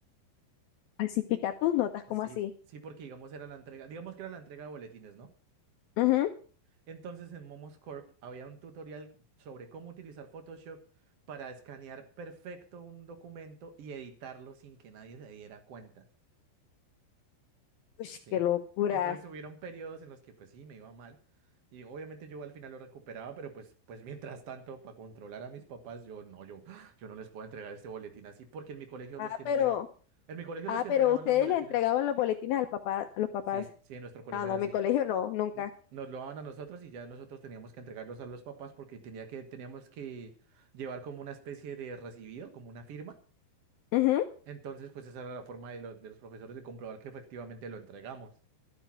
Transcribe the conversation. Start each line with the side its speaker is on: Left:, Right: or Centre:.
Left: falsifica tus notas, como
Right: Sí,
Left: así?
Right: sí, porque digamos era la entrega, digamos que era la entrega de boletines, ¿no?
Left: Ujú.
Right: Entonces en Momos Corp había un tutorial sobre cómo utilizar Photoshop para escanear perfecto un documento y editarlo sin que nadie se diera cuenta.
Left: Uy,
Right: Sí.
Left: qué locura.
Right: Entonces hubieron periodos en los que pues sí, me iba mal. Y obviamente yo al final lo recuperaba, pero pues, pues mientras tanto, para controlar a mis papás, yo no, yo, yo no les puedo entregar este boletín así, porque en mi colegio
Left: Ah,
Right: los que entregaban,
Left: pero,
Right: en mi colegio
Left: ah,
Right: los que
Left: pero
Right: entregaban
Left: ustedes
Right: los boletines,
Left: le entregaban los boletines al papá, a los papás.
Right: sí, sí, en nuestro colegio
Left: Ah, no,
Right: era
Left: en
Right: así.
Left: mi colegio no, nunca.
Right: No- Nos lo daban a nosotros y ya nosotros teníamos que entregarlos a los papás porque tenía que, teníamos que llevar como una especie de recibido, como una firma.
Left: Ujú.
Right: Entonces, pues esa era la forma de los, de los profesores de comprobar que efectivamente lo entregamos.